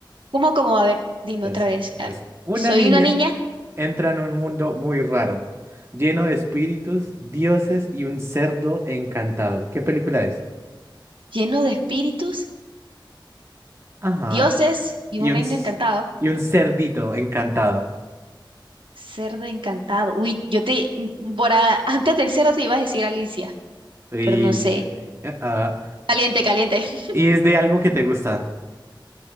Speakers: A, on the right; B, on the right.
A: ¿Cómo, cómo? A ver, dime
B: Entonces,
A: otra vez.
B: entonces,
A: A-
B: una
A: Soy
B: niña
A: una niña
B: Entra en un mundo muy raro, lleno de espíritus, dioses y un cerdo encantado. ¿Qué película es?
A: lleno de espíritus,
B: Ajá.
A: dioses y
B: Y
A: un reino
B: un, c-
A: encantado.
B: y un cerdito encantado.
A: Cerdo encantado. Uy, yo te... Por a- antes del cero te iba a decir Alicia,
B: Y,
A: pero no sé.
B: eh, eh, ah,
A: Caliente, caliente. <laughs>
B: y es de algo que te gusta.